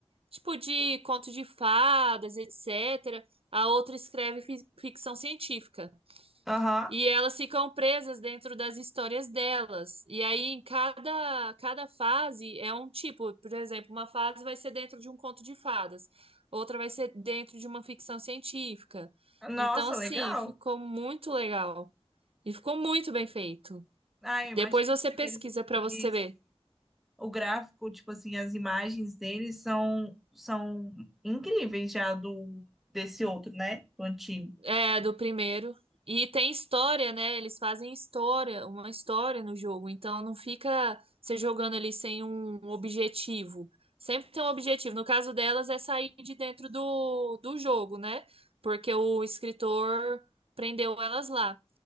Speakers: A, on the right (about 60°); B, in the centre.
A: tipo de conto de fadas, etc. A outra escreve fi- ficção científica.
B: aham.
A: E elas ficam presas dentro das histórias delas. E aí, em cada, cada fase é um tipo. Por exemplo, uma fase vai ser dentro de um conto de fadas, outra vai ser dentro de uma ficção científica.
B: Nossa,
A: Então, assim,
B: legal.
A: ficou muito legal. E ficou muito bem feito.
B: Ah, eu imagino,
A: Depois você
B: porque
A: pesquisa
B: eles,
A: para
B: eles,
A: você ver.
B: o gráfico, tipo assim, as imagens deles são, são incríveis já do desse outro, né? Do antigo.
A: É, do primeiro. E tem história, né? Eles fazem história, uma história no jogo. Então não fica você jogando ali sem um objetivo. Sempre tem um objetivo. No caso delas é sair de dentro do, do jogo, né? Porque o escritor prendeu elas lá.